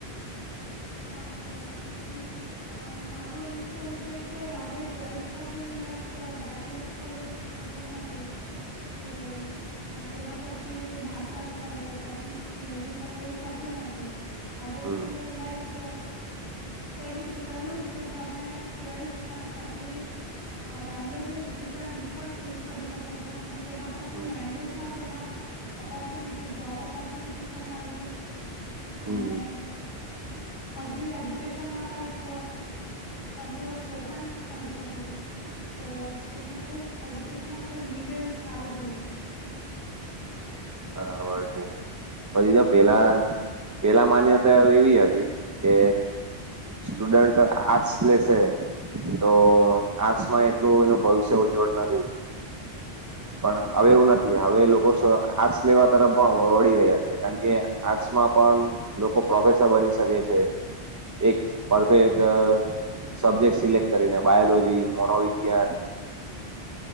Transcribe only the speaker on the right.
હમ
હમ
હમ
બરાબર છે પછી જો
પેલા
પેલા માન્યતા એવી હતી કે સ્ટુડન્ટ આર્ટસ લેશે તો આર્ટસમાં એટલું એનું ભવિષ્ય ઉજ્જવળ નથી. પણ
હવે એવું નથી, હવે એલોકો આર્ટસ જેવા તરફ પણ વળી રહ્યા છે કારણ કે આર્ટસમાં પણ લોકો પ્રોફેસર બની શકે છે એક પરફેક્ટ સબ્જેક્ટ સિલેક્ટ કરીને બાયોલોજી, મોનોવિજ્ઞાન,